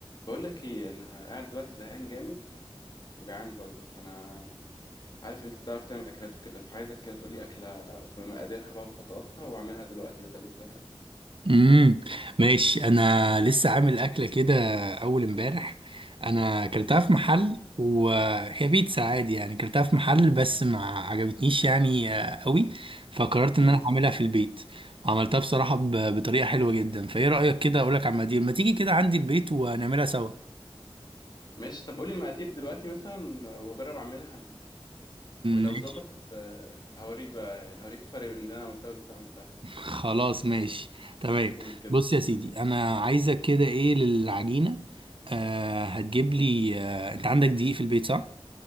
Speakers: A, on the left; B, on the right.
A: بقول لك ايه انا قاعد دلوقتي زهقان جامد وجعان برضو فانا عارف إن انت بتعرف تعمل اكلات وكده فعايزك كده تقول لي اكله بمقاديرها بقى وخطواتها واعملها دلوقتي بدل الزهق ده
B: امم ماشي انا لسه عامل اكله كده اول امبارح انا اكلتها في محل وهي بيتزا عادي يعني اكلتها في محل بس ما عجبتنيش يعني آه، قوي فقررت ان
A: امم
B: انا اعملها في البيت وعملتها بصراحه ب- بطريقه حلوه جدا فايه رايك كده اقول لك على المقادير ما تيجي كده عندي البيت ونعملها سوا
A: ماشي طب قولي المقادير دلوقتي مثلا واجرب اعملها أنا. ولو
B: ماشي
A: ظبطت آه، هوريك بقى يعني هوريك الفرق بين اللي انا عملتها واللي انت عملتها
B: خلاص ماشي تمام
A: قول كده
B: بص يا سيدي انا عايزك كده ايه للعجينه آه هتجيب لي آه انت عندك دقيق في البيت صح